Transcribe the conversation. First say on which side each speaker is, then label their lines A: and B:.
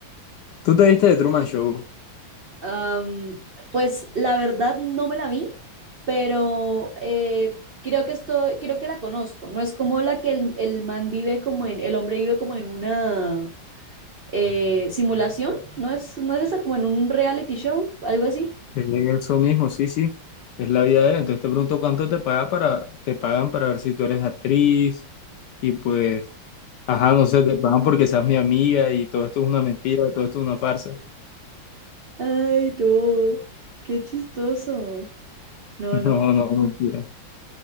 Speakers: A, on the left (about 70°); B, on the right (about 80°).
A: tú te viste de Truman Show.
B: Am, pues la verdad no me la vi, pero eh, creo que estoy, creo que la conozco. No es como la que el, el man vive como en, el hombre vive como en una eh, simulación, ¿no es, no es esa como en un reality show, algo así?
A: Eso mismo, sí, sí. Es la vida de él. Entonces te pregunto cuánto te paga para, te pagan para ver si tú eres actriz y pues, ajá, no sé, te pagan porque seas mi amiga y todo esto es una mentira, todo esto es una farsa.
B: Ay, no, qué chistoso. No,
A: <laughs>
B: no.
A: No, no, mentira.